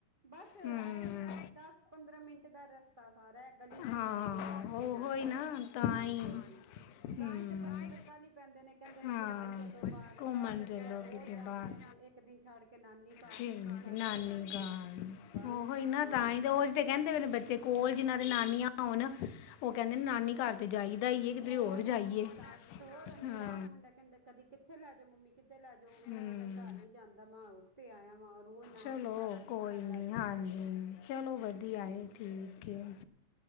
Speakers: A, on the right; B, on the left.
A: ਬਸ ਐਹੀ
B: ਹਮ
A: ਦੱਸ। ਪੰਦਰਾਂ ਮਿੰਟ ਦਾ ਰਸਤਾ ਸਾਰਾ ਹੈ ਗਲੀ ਚ
B: ਹਾਂ
A: ਹੀ ਹੈ ਅੱਗੇ ਜਾ ਕੇ
B: ਉਹ
A: ਹੀ ਐ।
B: ਨਾ ਤਾਂ
A: ਹਾਂਜੀ
B: ਹੀ
A: ਹਾਂਜੀ।
B: ਹਮ
A: ਤਾਂ ਹੀ ਤੇ ਬੱਚੇ ਫਿਰ ਕਾਹਲੀ ਪੈਂਦੇ ਨੇ, ਕਹਿੰਦੇ ਨੇ
B: ਹਾਂ
A: ਘੁੰਮਣ ਚਲੋ ਬਾਹਰ, ਐ
B: ਘੁੰਮਣ
A: ਤੇ
B: ਚੱਲੋ
A: ਪਿਆ ਰੋਜ਼
B: ਕਿਤੇ
A: ਜਾਂਦੇ
B: ਬਾਹਰ
A: ਨੇ, ਇੱਕ ਇੱਕ ਦਿਨ ਛੱਡ ਕੇ ਨਾਨੀ ਘਰ,
B: ਸਹੇਲੀ
A: ਇੱਕ ਦਿਨ ਛੱਡ
B: ਦੀ ਨਾਨੀ
A: ਕੇ,
B: ਘਰ
A: ਬਸ
B: ਉਹ
A: ਤਾਂ ਹੀ ਨਾ
B: ਤੇ ਉਹ ਤੇ ਕਹਿੰਦੇ ਬੱਚੇ ਕੋਲ, ਜਿਹਨ੍ਹਾਂ ਦੇ ਨਾਨੀਆਂ ਹੋਣ, ਉਹ ਕਹਿੰਦੇ ਨੇ ਨਾਨੀ ਘਰ ਤੇ ਜਾਈਦਾ, ਕਿਤੇਰੇ
A: ਉਹ
B: ਹੋਰ
A: ਨਾਨੀ
B: ਜਾਈਏ,
A: ਘਰ ਹੋਰ ਮੇਰਾ
B: ਹਾਂ
A: ਮੁੰਡਾ ਕਹਿੰਦਾ ਕਦੀ ਕਿੱਥੇ ਲੈ ਜੋ ਮੰਮੀ ਕਿੱਧੇ ਲੈ ਜੋ
B: ਹਮ
A: ਮੈਂ ਨਾਨੀ ਘਰ ਨੀ ਜਾਂਦਾ ਮੈਂ ਰੁਖ ਤੇ ਆਇਆ ਵਾਂ। ਰੋਜ਼ ਨਾਨੀ
B: ਚਲੋ,
A: ਘਰ ਨਾਨੀ
B: ਕੋਈ
A: ਘਰ
B: ਨਹੀਂ
A: ਲੈ ਜਾਂਦੇ
B: ਹਾਂਜੀ,
A: ਹੋ
B: ਚਲੋ ਵਧੀਆ
A: ਹਾਂਜੀ-ਹਾਂਜੀ
B: ਹੈ ਠੀਕ ਓਕੇ,